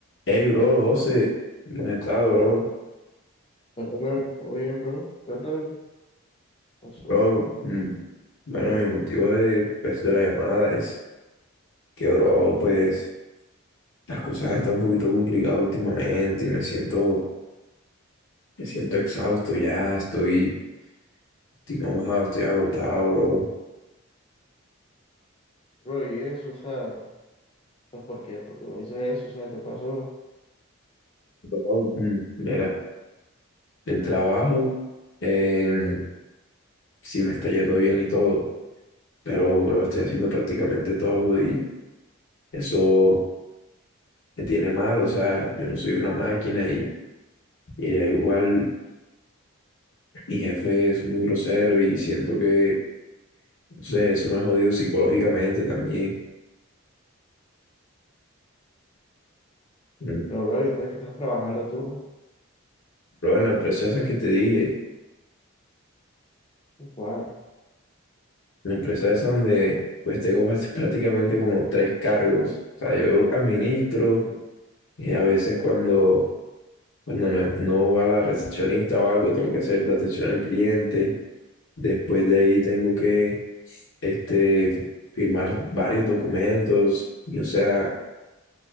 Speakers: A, on the left; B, on the left.
A: Hey, bro, José, ¿cómo has estado, bro?
B: Hola, Ronald. ¿Todo bien, bro? Cuéntame, ¿qué pasó?
A: Bro, mm, bueno, mi motivo de, pues, de la llamada es que, bro, pues, las cosas están un poquito complicadas últimamente y me siento, me siento exhausto ya, estoy, estoy mamado, estoy agotado, bro.
B: Bro, y eso, o sea, pues ¿por qué? ¿Por qué me dices eso? O sea, ¿qué pasó?
A: Bro, mm, mira, el trabajo, eh, sí me está yendo bien y todo, pero, bro, estoy haciendo prácticamente todo y eso me tiene mal, o sea, yo no soy una máquina y, y igual. Mi jefe es muy grosero y siento que, no sé, eso me ha jodido psicológicamente también. Mm.
B: Pero, bro, ¿y dónde es que estás trabajando tú?
A: Pero en la empresa esa que te dije, en
B: ¿Cuál?
A: la empresa esa donde pues tengo pas- <laughs> prácticamente como tres cargos. O sea, yo administro y a veces cuando, cuando no, no va la recepcionista o algo, tengo que hacer la atención al cliente. Después de ahí tengo que este, firmar varios documentos y o sea,